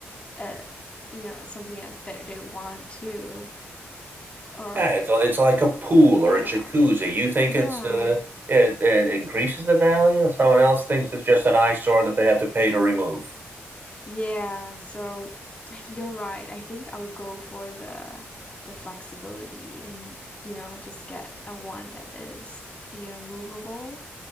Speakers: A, on the left; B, on the right.
A: uh, you know, something that they they want to. or
B: Yeah, it's it's like a pool or
A: yeah.
B: a jacuzzi. You think
A: Yeah.
B: it's uh, it, it increases the value, someone else thinks it's just an eyesore that they have to pay to remove.
A: Yeah, so <sighs> you're right. I think I'll go for the the flexibility and, you know, just get a one that is, you know, movable.